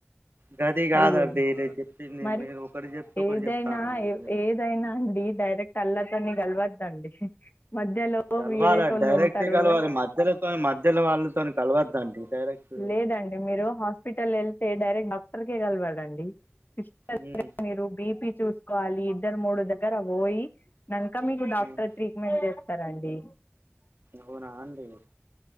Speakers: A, on the right (about 60°); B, on the left (about 50°).
A: గది కాదండి
B: అయ్యేది
A: నేను చెప్పింది
B: మరి
A: మీరు ఒకటి చెప్తే ఒకటి
B: ఏదైనా
A: చెప్తానండి మీరు
B: ఏదైనా అండి మీరు డైరెక్ట్ అల్లతోనే కలవద్దండి మధ్యలో
A: కలవాలండి
B: వేరేటోళ్ళు
A: డైరెక్ట్
B: ఉంటారు
A: కలవాలి మధ్యలోతో మధ్యలో వాళ్ళతో కలవద్దండి డైరెక్ట్
B: లేదండి మీరు హాస్పిటల్ వెళ్తే డైరెక్ట్ డాక్టర్ కే కలవాడండి సిస్టర్
A: మ్మ్
B: దగ్గర మీరు బీపి చూసుకోవాలి ఇద్దరు మూడు దగ్గర పోయి కనుక మీకు డాక్టర్
A: మ్మ్
B: ట్రీట్మెంట్ చేస్తారండి
A: అవునా అండి